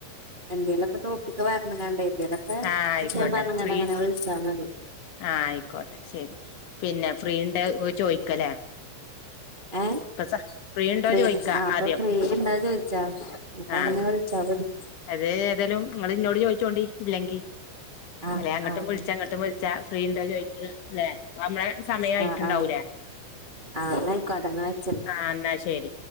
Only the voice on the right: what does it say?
എന്തേലൊക്കെ ടോപ്പിക്ക് പറഞ്ഞ്ങ്ങാണ്ടേ എന്തേലൊക്കെ
വിഷയം പറഞ്ഞ്ങ്ങാണ്ട്
അങ്ങനെ വിളിച്ചാ മതി
ഏഹ്
ഫ്രീ
ആഹ് അപ്പൊ
ഫ്രീ ഇണ്ടോ ചോയിച്ചാ ന്നട്ടങ്ങനെ
വിളിച്ചാ മതി
ആഹ്
ആഹ്
ആഹ്
ആഹ് ആഹ് ആഹ് ന്നാ അയ്ക്കോട്ടെ ന്നാ വെച്ചളി